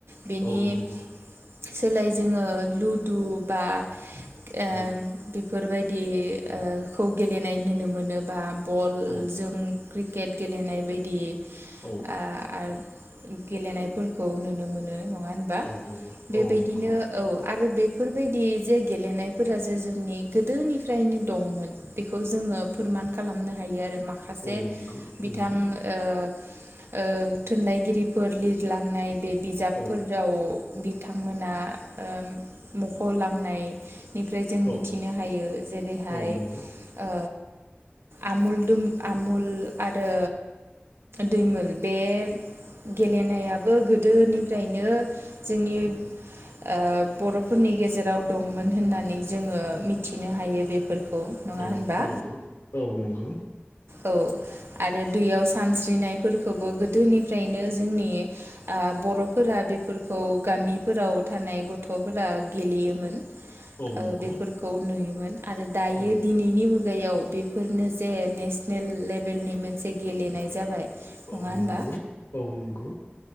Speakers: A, on the right (about 80°); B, on the left (about 75°).
A: बेनि
B: औ नंगौ।
A: सोलाय जोङो लुदु बा ओम
B: औ
A: बिब बेफोरबायदि ओ खौ गेलेनाय नुनो मोनो। बा बल
B: औ
A: जों क्रिकेट गेलेनाय बायदि।
B: औ
A: आ आर गेलेनायफोरखौ नुनो ङा होनबा
B: औ नंगौ
A: बेबायदिनो
B: औ नंगौ
A: औ आरो बे बेफोरबायदि जे गेलेनायफोरा जे जोंनि गोदोनिफ्रायनो दंमोन बेखौ जोङो फोरमान खालामनो हायो आरो माखासे
B: औ नंगौ नंगौ
A: बिथां ओ ओ थुनलाइगिरिफोर लिरलांनाय बे बिजाबफोराव
B: औ
A: बिथांमोना ओ मख'लांनाय निफ्राय जों मिथिनो
B: औ
A: हायो जेरैहाय
B: औ नंगौ
A: ओ आमुलदुम आमुल आरो दैमोल बे गेलेनायाबो गोद दोनिफ्रायनो जोंनि ओ बर'फोरनि गेजेराव दंमोन होननानै जोङो मिथिनो हायो बेफोरखौ नङा
B: औ
A: होनबा
B: नंगौ औ नंगौ
A: औ आरो दैयाव सानस्रिनायफोरखौबो गोदोनिफ्रायनो जोंनि ओ बर'फोरा बेफोरखौ गामिफोराव थानाय गथ'फोरा गेलेयोमोन
B: औ नंगौ
A: ओ बेफोरखौ नुयो आरो दायो
B: औ
A: दिनैनि मु गैयाव बेफोरनो जे नेस नेल लेभेलनि मोनसे गेलेनाय जाबाय
B: औ
A: नङा होनबा
B: नंगौ औ नंगौ